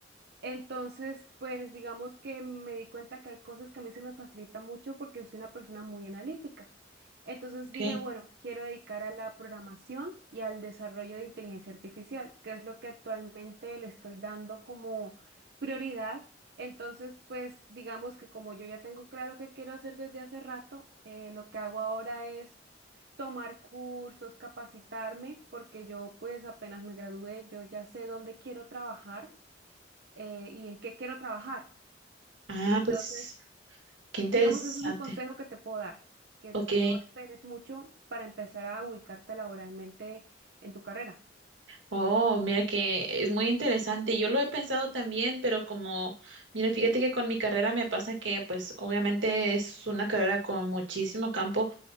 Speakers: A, on the right; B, on the right.
A: entonces, pues digamos que me di cuenta que hay cosas que a mí se me facilitan mucho porque soy una persona muy analítica. Entonces
B: Ok.
A: dije, bueno, quiero dedicar a la programación y al desarrollo de inteligencia artificial, que es lo que actualmente le estoy dando como prioridad. Entonces, pues digamos que como yo ya tengo claro qué quiero hacer desde hace rato, eh, lo que hago ahora es tomar cursos, capacitarme, porque yo pues apenas me gradué, yo ya sé dónde quiero trabajar eh, y en qué quiero trabajar.
B: Ah,
A: Entonces,
B: pues qué interesante.
A: digamos, eso es un consejo que te puedo dar, que
B: Ok.
A: no esperes mucho para empezar a ubicarte laboralmente en tu carrera.
B: Oh, mira que es muy interesante. Yo lo he pensado también, pero como, mira, fíjate que con mi carrera me pasa que, pues, obviamente es una carrera con muchísimo campo